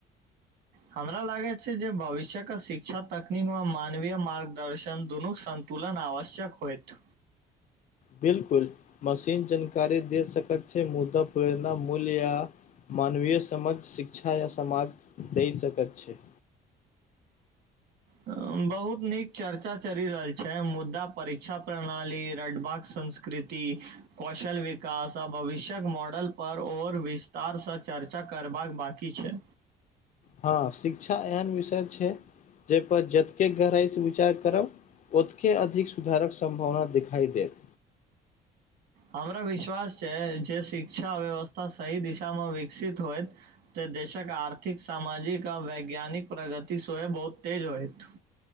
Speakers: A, on the right (about 75°); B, on the left (about 45°).
A: हमरा लागैत छै जे भविष्यक शिक्षा तकनीकमे मानवीय मार्गदर्शन दुनूक सं तुलन आवश्यक होएत
B: बिलकुल मशीन जानकारी दे सकैत छै मुद्दा प्रेरणा मूल्य या मानवीय समझ शिक्षा या समाज दै सकैत छै
A: बहुत नीक चर्चा चलि रहल छै मुद्दा परीक्षा प्रणाली रटबाक संस कृति कौशल विकास आ भविष्यक मॉडलपर और विस्तारसँ चर्चा करबाक बाकी छै
B: हँ शिक्षा एहन विषय छै जाहिपर जतके गहराइसँ विचार करब ओतके अधिक सुधारक सम्भावना दिखाइ देत
A: हमरा विश्वास छै जे शिक्षा व्यवस्था सही दिशामे विकसित होइत तऽ देशक आर्थिक सामाजिक आ वैज्ञानिक प्रगति सेहो बहुत तेज होयत